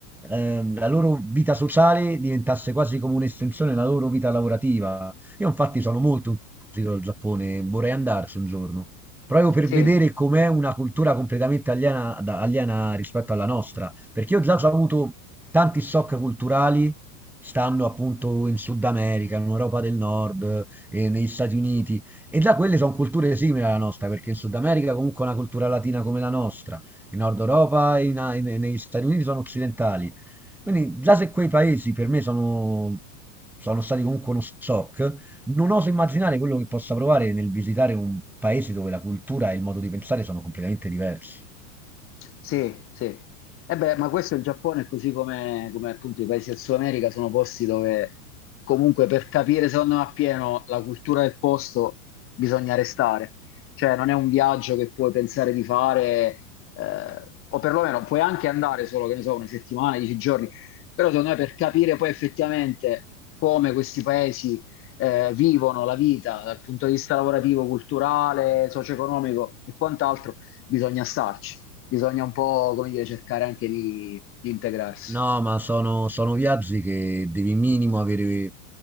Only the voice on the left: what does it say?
sì.
Sì, sì. E beh, ma questo è il Giappone, così come, come appunto i paesi del Sud America, sono posti dove comunque per capire, secondo me, appieno la cultura del posto bisogna restare. Cioè, non è un viaggio che puoi pensare di fare, eh, o perlomeno puoi anche andare solo, che ne so, una settimana, dieci giorni, però secondo me per capire poi effettivamente come questi paesi, eh, vivono la vita dal punto di vista lavorativo, culturale, socio-economico e quant'altro, bisogna starci bisogna un po', come dire, cercare anche di, di integrarsi.